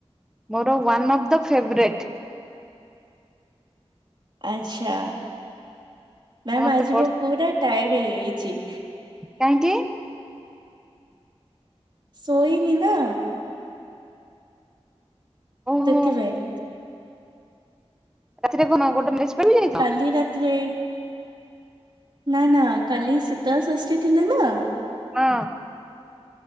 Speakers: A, in the centre; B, on the right.
A: ମୋର ୱାନ ଅଫ ଦ ଫେବରେଟ।
B: ଆଚ୍ଛା, ମ୍ୟାାମ
A: ମତେ
B: ଆଜି
A: ପ
B: ମୁଁ ପୁରା ଟାୟାର୍ଡ ହେଇଯାଇଛି।
A: କାହିଁକି?
B: ଶୋଇନି ନା।
A: ଓହୋ
B: ସେଥିପାଇଁ।
A: ରାତିରେ କଣ ଗୋଟେ ପାର୍ଟି ଯାଇଥିଲ?
B: କାଲି ରାତିରେ। ନା ନା କାଲି ଶୀତଳ ଷଷ୍ଠୀ ଥିଲା ନା।
A: ହଁ।